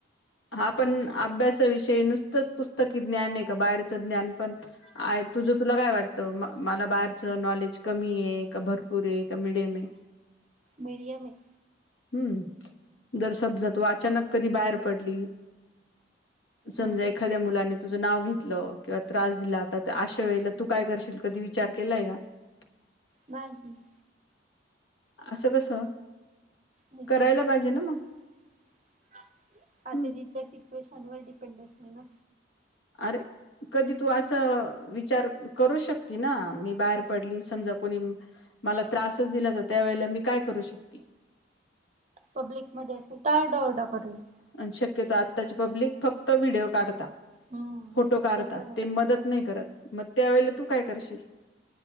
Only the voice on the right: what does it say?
मीडिय मे.
हम्म.
नाही.
विचार
नाही
<inaudible> का
आता
जिथ <unintelligible> पैशांवर डिपेंडअसते ना?
पब्लिकमध्येध असेल तर, आरडा ओरडा करेल.
हम्म
पण आहे